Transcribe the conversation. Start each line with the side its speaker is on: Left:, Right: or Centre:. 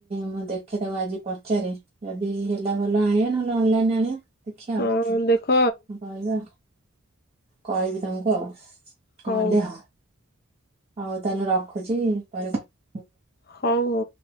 Right: ମୁଁ ଦେଖେ ତାକୁ ଆଜି ପଚାରେି ଯଦି ହେଲା ଭଲ ଆଣିବା ନହେଲେ ଅନଲାଇନରେ ଆଣିବା। ଦେଖିବା ଆଉ।
Left: ହଁ ଦେଖ
Right: ବାଇଆ କହିବି ତାଙ୍କୁ ଆଉ। କଣ
Left: ହଉ
Right: ହେଲେ ହଁ? ହଉ ତାହେଲେ ରଖୁଛି ପରେ କ
Left: ହଉ।